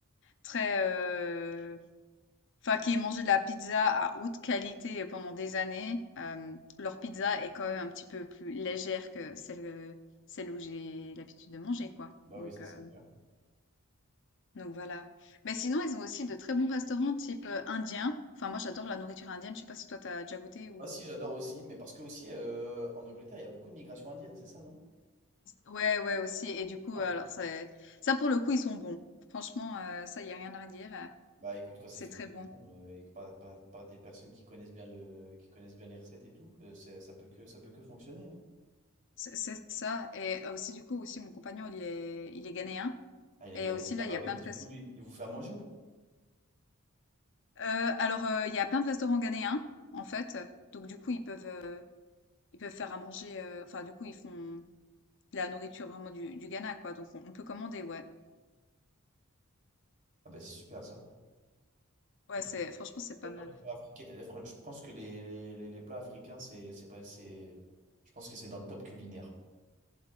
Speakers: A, on the left; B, on the right.
A: très, euh, Enfin, qui ai mangé de la pizza à haute qualité pendant des années, euh, leur pizza est quand même un petit peu plus légère que celle, euh, celle où j'ai l'habitude de manger, quoi.
B: Bah
A: Donc,
B: oui, ça
A: euh,
B: c'est clair.
A: donc voilà. Mais sinon, ils ont aussi de très bons restaurants type euh, indien. Enfin, moi, j'adore la nourriture indienne. Je sais pas si toi, t'as déjà goûté ou...
B: Ah si, j'adore aussi, mais parce que aussi euh, en Angleterre, il y a beaucoup de migration indienne, c'est ça, non?
A: Ouais, ouais, aussi. Et du coup,
B: Ah.
A: alors, c'est... ça, pour le coup, ils sont bons. Franchement, euh, ça, il y a rien à redire. euh,
B: Bah écoute, quand c'est
A: C'est
B: fait
A: très
B: maison,
A: bon.
B: euh, et que par, par- par des personnes qui connaissent bien le, qui connaissent bien les recettes et tout, euh, c'est- ça peut que, ça peut que fonctionner. hein.
A: C'est c'est ça. Et aussi, du coup, aussi, mon compagnon, il est, il est ghanéen.
B: Ah, il est
A: Et
B: gagné.
A: aussi,
B: Ah
A: là,
B: bah
A: il y a
B: oui,
A: plein
B: bah,
A: de,
B: du
A: res-
B: coup, lui, il vous fait à manger ou
A: Heu, alors, heu, il y a plein de restaurants ghanéens, en fait, donc du coup, ils peuvent, heu, ils peuvent faire à manger, heu, enfin, du coup, ils font de la nourriture vraiment du du Ghana, quoi, donc on on peut commander, ouais.
B: Ah bah c'est super ça.
A: Ouais,
B: Surtout
A: c'est franchement, c'est pas
B: la
A: mal.
B: nourriture africaine. les fr- Je pense que les, les, les- les plats africains, c'est, c'est pas, c'est, je pense que c'est dans le top culinaire.